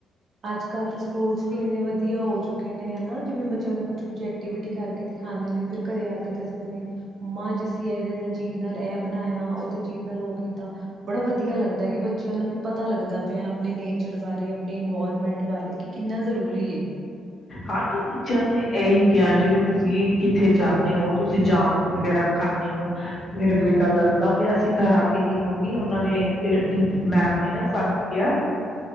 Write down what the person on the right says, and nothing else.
ਅੱਜ ਕੱਲ੍ਹ ਤਾਂ ਸਕੂਲਸ ਵੀ, ਇੰਨੇ ਵਧੀਆਂ ਹੋ ਚੁੱਕੇ ਨੇਂ ਹਨਾ। ਜਿਵੇਂ ਬੱਚਿਆਂ ਨੂੰ ਕੁੱਛ -ਕੁੱਛ ਐਕਟੀਵਿਟੀ ਕਰਕੇ ਦਿਖਾਂਦੇ ਨੇ, ਫੇਰ ਘਰੇ ਆ ਕੇ ਦੱਸਦੇ ਨੇ, ਮੰਮਾ ਅਜ ਅਸੀਂ ਇਹਦੇ ਨਾਲ ਚੀਜ਼ ਨਾਲ ਇਹ ਬਣਾਇਆ, ਉਹਦੇ ਚੀਜ਼ ਨਾਲ ਉਹ ਕੀਤਾ, ਬੜਾ ਵਧੀਆ ਵਧੀਆ ਲੱਗਦਾ, ਕਿ ਬੱਚਿਆਂ ਨੂੰ ਵੀ ਪਤਾ ਲੱਗਦਾ ਪਿਆ, ਆਪਣੇ ਨੇਚਰ ਬਾ ਬਾਰੇ ਆਪਣੀ ਇਨਵਾਰਮੈਂਟ ਬਾਰੇ, ਕਿ ਕਿੰਨਾ ਜ਼ਰੂਰੀ ਆ।
ਹਮ